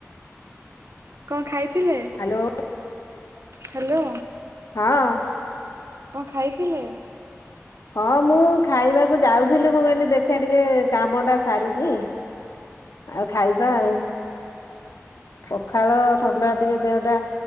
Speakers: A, on the right; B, on the left.
A: କଣ ଖାଇଥିଲେ?
B: Hello
A: hello.
B: ହଁ।
A: କଣ ଖାଇଥିଲେ?
B: ହଁ- ମୁଁ ଖାଇବାକୁ ଯାଉଥିଲି, ମୁଁ କହିଲି ଦେଖିବା ଟିକେ କାମଟା ସାରିଦିଏ। ଆଉ ଖାଇବା ଆଉ। ପଖାଳ, ଥଣ୍ଡା ଟିକେ ଦେହଟା